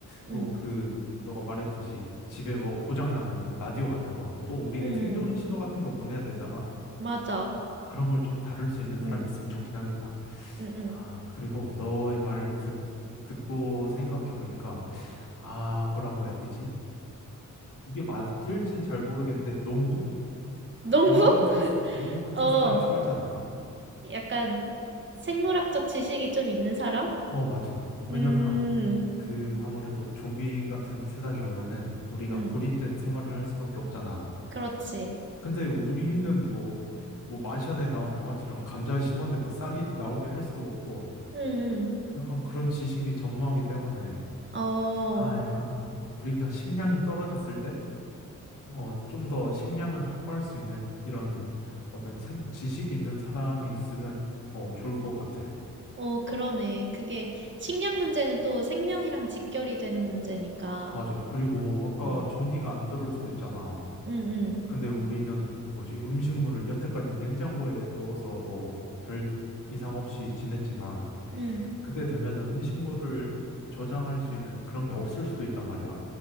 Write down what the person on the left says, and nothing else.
또 그 너가 말했듯이 집에 뭐 고장 나면은 라디오 같은 거 또 우리
생존 신호 같은 거 보내야 되잖아.
그런 걸 좀 다룰 수 있는
사람이 있으면 좋긴 하겠다.
아, 그리고 너의 말을 듣, 듣고 생각해보니까, 아, 뭐라고 해야 되지? 이게 맞을진 잘 모르겠는데, 농부?
농부 같은, 농부 같은
사람이 필요하지 않을까?
어, 맞아.
왜냐면, 그, 아무래도 좀비 같은 세상이 오면은, 우리가
고립된 생활을 할 수밖에 없잖아.
근데 우리는 뭐, 뭐, 마션에 나온 영화처럼 감자 심었는데 뭐 싹이 나오게 할 수도 없고,
약간 그런 지식이 전무하기 때문에,
아, 약간, 우리가 식량이 떨어졌을 때, 어, 좀 더 식량을 확보할 수 있는 이런 어떤 생- 지식이 있는 사람이 있으면 어, 좋을 것 같아.
맞아. 그리고 아까
전기가 안 들어올 수도 있잖아.
근데 우리는 뭐지? 음식물을 여태까지 냉장고에 넣어서 뭐 별 이상 없이 지냈지만
그때 되면은 음식물을 저장할 수 있는 그런 게 없을 수도 있단 말이야.